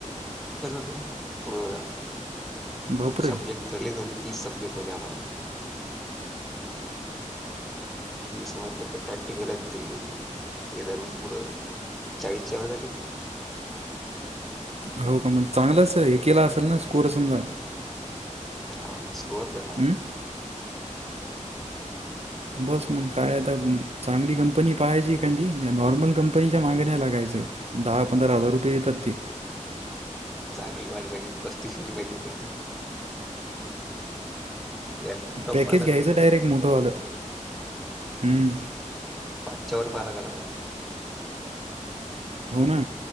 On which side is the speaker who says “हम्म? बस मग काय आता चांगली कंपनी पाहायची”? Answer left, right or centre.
Right